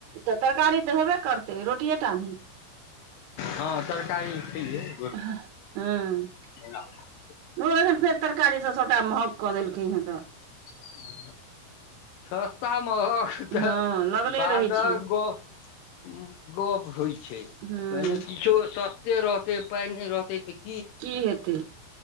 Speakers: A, on the right; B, on the left.
A: तऽ तरकारी तऽ हेबे करतै रोटिये टा नै।
B: हां तरकारी छैहये रो
A: ह, हां।
B: <unintelligible>
A: ओ एखन फेर तरकारी सँ सबटा महग कऽ देलकै हें तऽ।
B: <unintelligible> सस्ता, महग तऽ
A: हँ लगले
B: बादक
A: रहै छै
B: ग उम्म गप होय छै,
A: हूँ
B: पहिने किछो सस्ते रहतै, पाय नै रहतै तऽ
A: की हेतै